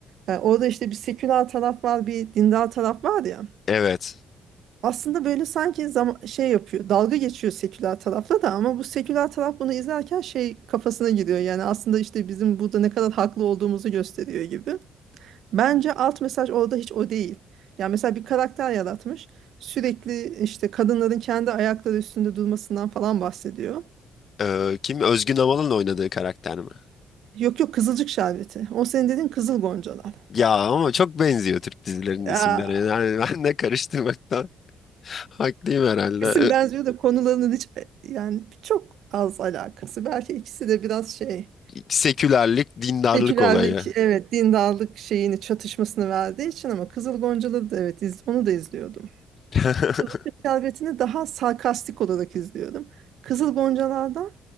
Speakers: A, on the right; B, on the left.
A: e, orada işte bir seküler taraf var bir dindar taraf var ya.
B: Evet.
A: Aslında böyle sanki zam şey yapıyor dalga geçiyor seküler tarafla da ama bu seküler taraf bunu izlerken şey kafasına giriyor. Yani aslında işte bizim burada ne kadar haklı olduğumuzu gösteriyor gibi. Bence alt mesaj orada hiç o değil. Yani mesela bir karakter yaratmış. Sürekli işte kadınların kendi ayakları üstünde durmasından falan bahsediyor.
B: Ee, kim? Özgün Amal'ın oynadığı karakter mi?
A: Yok yok kızılcık şerbeti. O senin dediğin kızıl goncalar.
B: Ya ama çok benziyor Türk dizilerinin
A: Aa,
B: isimleri. Yani ben de karıştırmaktan <laughs> haklıyım herhalde.
A: isim benziyor da konularının hiç yani çok az alakası. Belki ikisi de biraz şey
B: Sekülerlik, dindarlık
A: sekülerlik
B: olayı.
A: evet dindarlık şeyini çatışmasını verdiği için ama Kızıl Goncaları da evet iz, onu da izliyordum.
B: <laughs>
A: Kızıl Şerbeti'ni daha sarkastik olarak izliyordum. Kızıl Goncalar'dan